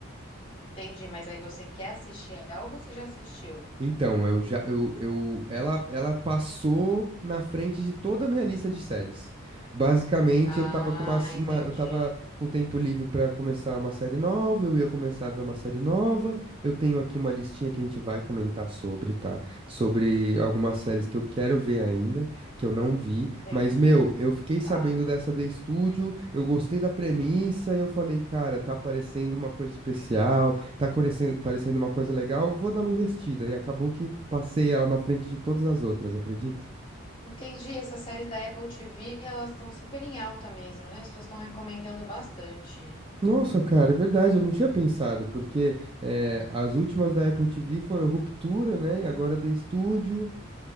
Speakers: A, on the left; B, on the right.
A: Entendi, mas aí você quer assistir ela ou você já assistiu?
B: Então, eu já eu, eu ela ela passou na frente de toda a minha lista de séries. Basicamente,
A: Ah,
B: eu tava com uma, s-
A: entendi.
B: uma- eu tava com tempo livre pra começar uma série nova, eu ia começar a ver uma série nova. Eu tenho aqui uma listinha que a gente vai comentar sobre, tá? Sobre algumas séries que eu quero ver ainda, que eu não vi,
A: Entendi.
B: mas meu, eu fiquei
A: Tá.
B: sabendo dessa The Studio, eu gostei da premissa e eu falei, cara, tá parecendo uma coisa especial tá parecendo, parecendo uma coisa legal, vou dar uma investida. E acabou que passei ela na frente de todas as outras, acredita?
A: Entendi, essas séries da Apple TV, elas estão super em alta mesmo, né? As pessoas estão recomendando bastante.
B: Nossa, cara, é verdade, eu não tinha pensado, porque eh, as últimas da Apple TV foram Ruptura, né? E agora The Studio,